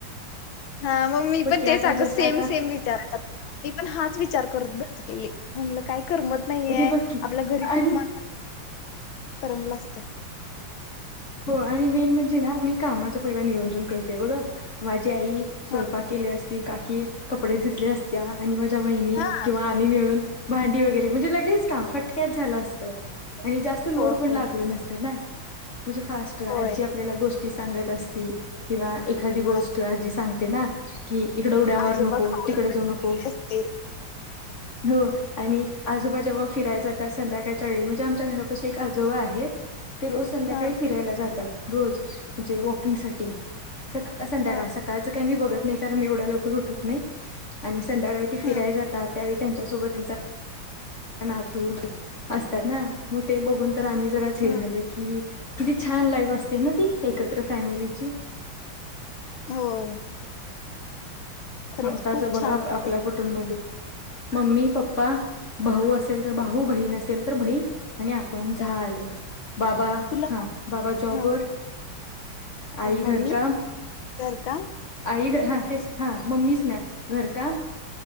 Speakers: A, on the left (about 75°); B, on the left (about 35°).
A: हा मग मी
B: बघं
A: पण
B: कि आता जस्ट आ
A: तेच विचारतात मी पण हाच विचार करत बस केली म्हणलं काय करमत नाहीये
B: आणि बघकी
A: आपल्या घरी
B: आणि
A: खूप मा करमल असतं बघ
B: हो आणि मेन म्हणजे ना मी कामाच पहिलं नियोजन करते बघ ह् ती आई स्वयंपाक
A: हा
B: केली असती काक की कपडे धुतले असते आणि माझ्या त्या बहिणी
A: हा
B: किंवा आम्ही मिळून भांडी वगैरे म्हणजे लगेच काम फटक्यात झालं असतं आणि जास्त लोड
A: हो
B: पण
A: हो
B: लागले नसते ना म्हणजे फास्ट आजी
A: होय
B: आपल्याला गोष्ट ष्टी सांगत असती किंवा एखादी गोष्ट
A: वा
B: आजी सांगते ना की इकड उड्या मारु
A: आजोबा
B: नको,
A: खाऊला
B: तिकडे जाऊ नको.
A: पडले असते
B: हो आणि आजोबा जेव्हा फिरायला जातात संध्याकाळच्या वेळी म्हणजे आमच्या घरापशी एक आजोबा आहेत ते रोज काही
A: हा
B: फिरायला जातात. रोज म्हणजे वॉकिंग साठी. सका ळ, संध्याकाळ
A: हा
B: सकाळचं काय मी बघत नाही कारण मी एवढ्या लवकर उटत नाही आणि संध्याकाळी ती फिराई
A: हम्म
B: जातात. त्यावेळी त्यांच्या सोबत त्यांचा नातू असतात ना. मग ते बघून तर आणि जराच हे
A: हम्म
B: झालं की किती छान लाईफ असते ना ती एकत्र फॅमिलीची.
A: होय. खरंच
B: ह त्याचं
A: खूप
B: बघ
A: छान
B: आप
A: असते
B: आपल्या कुटुंबमध्ये मम्मी, पप्पा, भाऊ असेल तर भाऊ बहीण असेल तर बहीण आणि आपण झालं.
A: तेव्हा
B: बाबा,
A: तुला
B: हा बाबा
A: सांग-
B: जॉबवर
A: हा
B: आई
A: आणि
B: घर
A: मम्मी
B: काम
A: घरकाम
B: आई घ हा तेच हां. मम्मीच ना घर काम